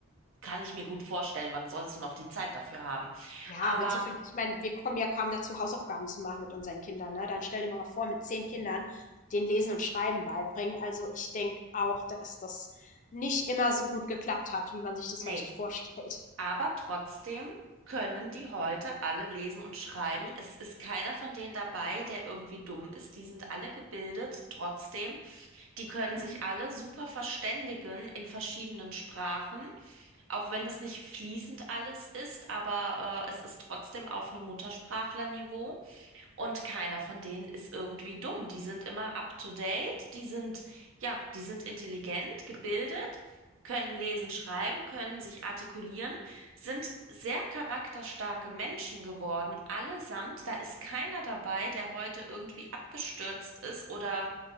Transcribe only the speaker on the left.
Ja,
mit so viel, ich meine, wir kommen ja kaum dazu, Hausaufgaben zu machen mit unseren Kindern, ne? Dann stell dir mal vor, mit zehn Kindern den Lesen und Schreiben beibringen. Also ich denke auch, dass das nicht immer so gut geklappt hat, wie man sich das
vielleicht vorstellt.
Mhm.
Mhm.